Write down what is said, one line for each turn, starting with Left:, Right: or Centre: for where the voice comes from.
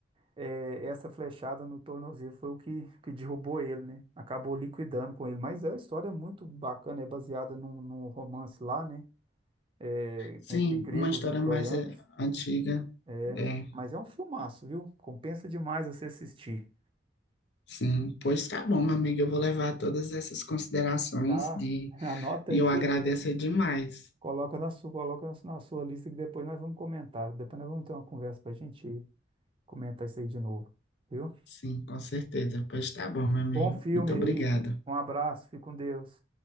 Right: eh, essa flechada no tornozelo foi o que, que derrubou ele, né? Acabou liquidando com ele. Mas é a história é muito bacana, é baseada num, num romance lá, né? Eh,
Left: Sim,
Right: entre gregos
Left: uma história
Right: e troianos.
Left: mais é, antiga.
Right: É,
Left: É,
Right: mas é um filmaço, viu? Compensa demais você assistir.
Left: sim. Pois tá bom, meu amigo, eu vou levar todas essas considerações
Right: Tá?
Left: de
Right: <laughs> Anota
Left: E
Right: aí
Left: eu
Right: pra
Left: agradeço
Right: você ver.
Left: demais.
Right: Coloca na sua, coloca na sua na sua lista que depois nós vamos comentar. Depois nós vamos ter uma conversa para a gente comentar isso aí de novo, viu?
Left: Sim, com certeza. Pois tá bom, meu amigo.
Right: Bom filme
Left: Muito obrigada.
Right: aí. Um abraço, fique com Deus.